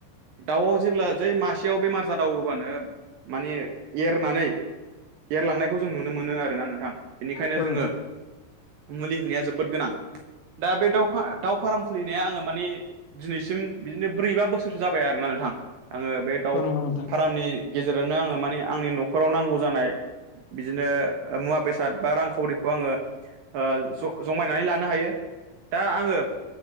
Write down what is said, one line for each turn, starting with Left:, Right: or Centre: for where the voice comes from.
Right: दाउआव जेब्ला जै मासेयाव बेमार जादाव होबानो माने एरनानै एरलांनायखौ जों नुनो मोनो आरोना नोंथां बेनिखायनो
Left: औ नोंथां औ
Right: जोङो मुलि होनाया जोबोद गोनां दा बे दाउ दावउ फाराम खुलिनाया आङो मानिे दिनैसिम बिदिनो ब्रै बा बोसोरसो जाबाय आरोना नोंथां आङो बे दाउ
Left: नंगौ नोंथां
Right: फारमनि गेजेरावनो आङो माने आंनि न'खराव नांगौ जानाय बिदिनो मुवा बेसाद बा रांखावरिखौ आङो ओ ज जमायनानै लानो हायो दा आङो